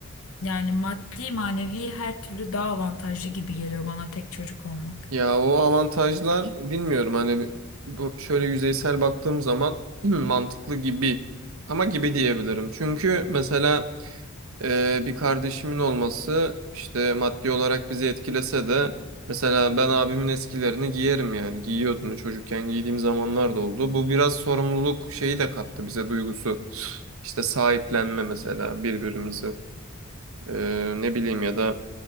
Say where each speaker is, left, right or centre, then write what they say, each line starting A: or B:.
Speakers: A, on the left (about 70°); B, on the right (about 70°).
A: yani maddi, manevi her türlü daha avantajlı gibi geliyor bana tek çocuk olmak.
B: Ya o avantajlar bilmiyorum hani bi- bu şöyle yüzeysel baktığım zaman <clears throat> hmm, mantıklı gibi ama gibi diyebilirim. Çünkü mesela e, bir kardeşimin olması işte maddi olarak bizi etkilese de mesela ben abimin eskilerini giyerim yani giyiyordum çocukken giydiğim zamanlar da oldu. Bu biraz sorumluluk şeyi de kattı bize duygusu. İşte sahiplenme mesela birbirimizi E, ne bileyim ya da